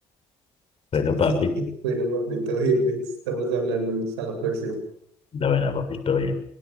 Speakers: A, on the left; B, on the right.
A: Bueno,
B: <laughs>
A: papi,
B: Bueno, papito, jefe, estamos hablando hasta la próxima.
A: la buena, papi, todo bien.